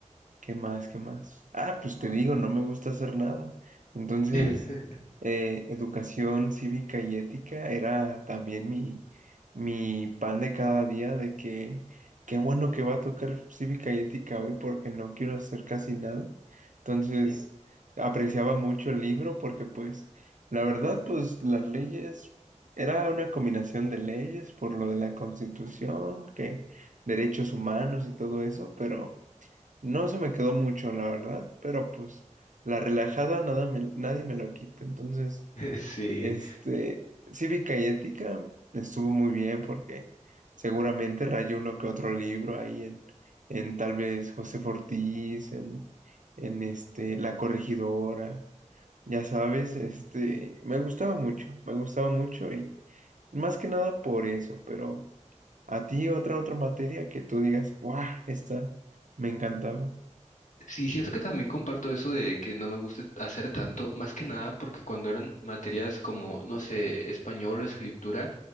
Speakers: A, on the right; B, on the left.
A: ¿Qué más? ¿Qué más? Ah, pues te digo, no me gusta hacer nada. Entonces,
B: <laughs>
A: eh, educación cívica y ética era también mi, mi pan de cada día de que qué bueno que va a tocar cívica y ética hoy porque no quiero hacer casi nada. Entonces, apreciaba mucho el libro porque pues, la verdad, pues las leyes, era una combinación de leyes por lo de la Constitución, que derechos humanos y todo eso, pero... No se me quedó mucho, la verdad, pero pues la relajada nada me, nadie me lo quita. Entonces,
B: sí.
A: este, Cívica y Ética estuvo muy bien porque seguramente rayó uno que otro libro ahí en, en tal vez José Fortís, en, en este, La Corregidora, ya sabes, este, me gustaba mucho, me gustaba mucho y más que nada por eso, pero a ti otra, otra materia que tú digas, ¡buah! Esta me encantaba.
B: Sí, siento que también comparto eso de que no me gusta hacer tanto, más que nada porque cuando eran materias como, no sé, español o escritura,